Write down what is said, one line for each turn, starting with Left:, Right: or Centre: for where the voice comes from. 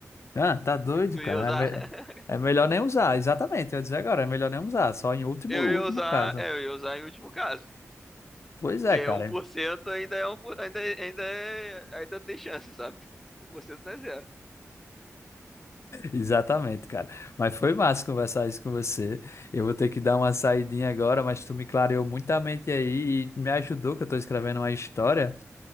Left: Ah, tá doido,
Centre: E Tu
Left: cara.
Centre: ia usar,
Left: É, me-
Centre: <laughs>
Left: é melhor nem usar, exatamente. Eu ia dizer agora, é melhor nem usar, só em último,
Centre: eu
Left: último
Centre: ia usar,
Left: caso.
Centre: é, eu ia usar em último caso,
Left: Pois
Centre: porque
Left: é, cara.
Centre: um por cento ainda é um, por- ainda, ainda é, ainda tem chance, sabe? 1% não é zero.
Left: Exatamente, cara. Mas foi massa conversar isso com você. Eu vou ter que dar uma saidinha agora, mas tu me clareou muito a mente aí e me ajudou que eu tô escrevendo uma história